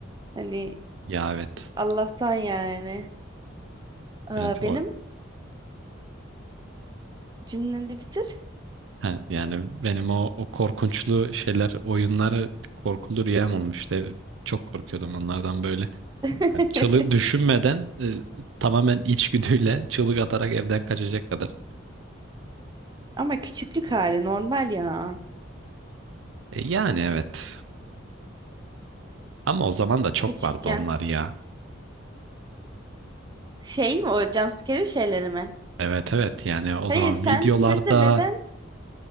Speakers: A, on the right; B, on the right.
A: hani
B: Ya evet.
A: Allah'tan yani. Aa,
B: Evet o
A: benim cümleni bitir.
B: ha, yani benim o, o korkunçlu şeyler oyunlar korkulu rüyam olmuştu. E, Çok korkuyordum onlardan böyle.
A: <laughs>
B: Hani çığlık düşünmeden e, tamamen içgüdüyle çığlık atarak evden kaçacak kadar.
A: Ama küçüklük hali normal ya.
B: E, yani evet. Ama o zaman da çok
A: Küçükken
B: vardı onlar ya.
A: şey mi o jumpscare şeyleri mi?
B: Evet evet yani o
A: Hayır
B: zaman
A: sen
B: videolarda
A: sizde neden